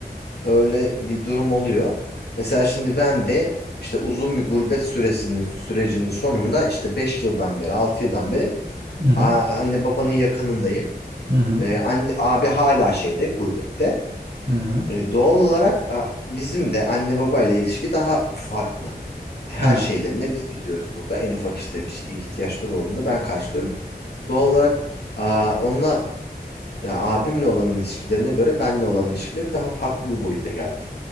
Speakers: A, on the left; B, on the right.
A: öyle bir durum oluyor. Mesela şimdi ben de işte uzun bir gurbet süresinin sürecinin sonunda işte 5 yıldan beri 6 yıldan beri
B: Hı hı.
A: a- anne babanın yakınındayım.
B: Hı hı.
A: Ee, anne abi hala şeyde gurbette.
B: Hı hı.
A: E, doğal olarak a, bizim de anne babayla ilişki daha farklı. Her
B: Evet.
A: şeylerine biz gidiyoruz burada. En ufak işte bir şey, ihtiyaçları olduğunda ben karşılıyorum. Doğal olarak a, onunla ya, abimle olan ilişkilerine göre benle olan ilişkileri daha farklı bir boyuta geldi.